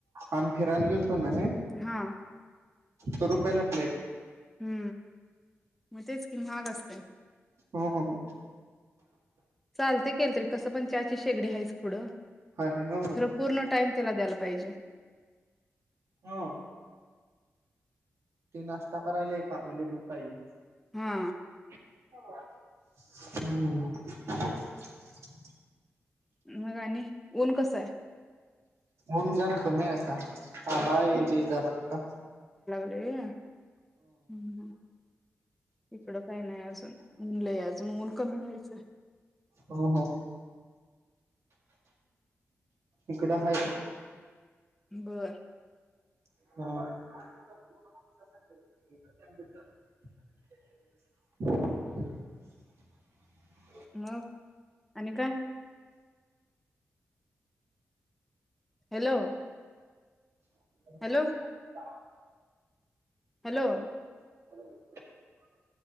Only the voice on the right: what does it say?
आम्ही फिरायला गेलतो ना
तर रुपयाला प्लेट
हो हो हो
आहे ह
हा ते नाश्ता करायला एक अवेलेबल पाहिजे
<inaudible>
ऊन जरा कमी हाय आता थांब हा येयली जरा ता
हो हो हो इकडे हाय
हो <inaudible>
<unintelligible>
<inaudible>